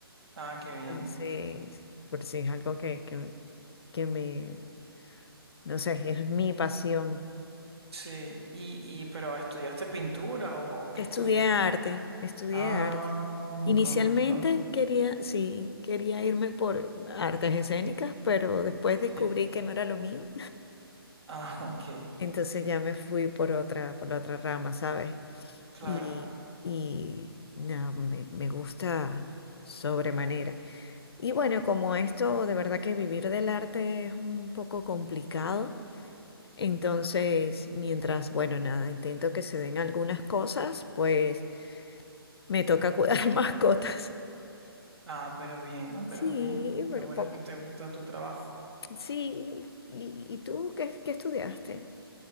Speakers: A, on the right (about 80°); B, on the left (about 75°).
A: Ah, qué bien.
B: Entonces, por si es algo que, que, que me Entonces, es mi pasión.
A: Sí, y, y pero ¿estudiaste pintura o qué
B: Estudié
A: estudiaste?
B: arte. Estudié
A: Ah,
B: arte.
A: mm,
B: Inicialmente
A: con razón.
B: quería, sí, quería irme por artes escénicas, pero después descubrí
A: Sí.
B: que no era lo mío.
A: Ah, <laughs> ok,
B: Entonces ya me fui por otra, por la otra rama, ¿sabes?
A: claro.
B: Y, y no, me, me gusta sobremanera. Y bueno, como esto de verdad que vivir del arte es un poco complicado, entonces mientras, bueno, nada, intento que se den algunas cosas, pues Me toca cuidar <laughs> mascotas.
A: Ah, pero bien, pero
B: Sí,
A: bien. La
B: pero
A: buena
B: poco.
A: es que te gusta tu trabajo.
B: Sí, ¿y, y tú qué, qué estudiaste?